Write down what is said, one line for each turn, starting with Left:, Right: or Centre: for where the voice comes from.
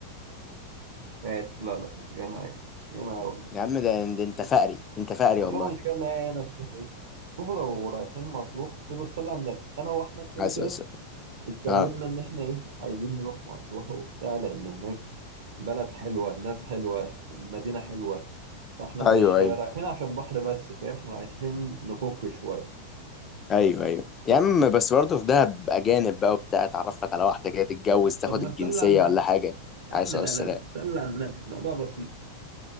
Right: عارف لا لا مش جاي معايا مش جاي معايا والله
Left: يا عم ده, ده انت فقري انت فقري
Right: والله
Left: والله
Right: مش جاي معايا انا الشغله دي شوفوا لو رايحين مطروح اصل بص صلي على النبي انا واحمد كده
Left: عايز
Right: كده
Left: أقول لك.
Right: اتكلمنا
Left: اه
Right: ان احنا ايه عايزين نروح مطروح وبتاع لان هناك بلد حلوه الناس حلوه المدينه حلوه فاحنا مش
Left: ايوه
Right: رايحين
Left: ايوه
Right: عشان بحر بس فاهم احنا رايحين نفك شوية
Left: ايوه ايوه يا عم بس برضه في دهب اجانب بقى وبتاع اتعرف لك على واحده كده تتجوز تاخد
Right: طب ما
Left: الجنسيه
Right: تسلى على النبي
Left: ولا حاجه
Right: يا
Left: عايز
Right: عم لا
Left: السلام
Right: لا لا تسلى على النبي الموضوع بسيط